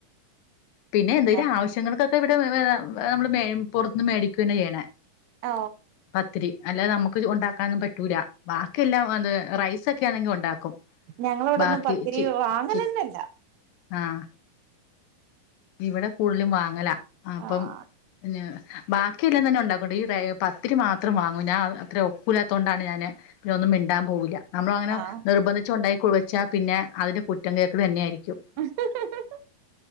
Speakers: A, on the left; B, on the right.
A: പിന്നെ എന്തെലും
B: അങ്ങനെ
A: ആവശ്യങ്ങൾക്കൊക്കെ ഇവിടെ നമ്മള് പുറത്ത്ന്ന് മേടിക്കുന്നെ ചെയ്യണെ.
B: ഓ.
A: പത്തിരി, അല്ലാതെ നമുക്ക് ഉണ്ടാക്കാനൊന്നും പറ്റൂല. ബാക്കി എല്ലാം റൈസ് ഒക്കെ ആണെങ്കിൽ ഉണ്ടാക്കും.
B: ഞങ്ങളിവിടൊന്നും
A: ബാക്കി,
B: പത്തിരി
A: ചി
B: വാങ്ങലന്നല്ല
A: ച് ആഹ. ഇവിടെ കൂടുതലും വാങ്ങലാ. അപ്പം
B: ആഹ്
A: പിന്ന- ബാക്കിയെല്ലാം തന്നെ ഉണ്ടാക്കുംട്ടോ. ഈ പത്തിരി മാത്രം വാങ്ങും. ഞാൻ അത്ര ഒക്കൂലാത്തത് കൊണ്ടാണ് ഞാന്. പിന്നൊന്നും മിണ്ടാൻ പോവൂല്ല. നമ്മള അങ്ങനെ
B: ആഹ്
A: നിർബന്ധി- ഉണ്ടാക്കി കുഴച്ച പിന്നെ അതിന്റെ കുറ്റം കേൾക്കല് തന്നെ ആയിരിക്കും.
B: <inaudible>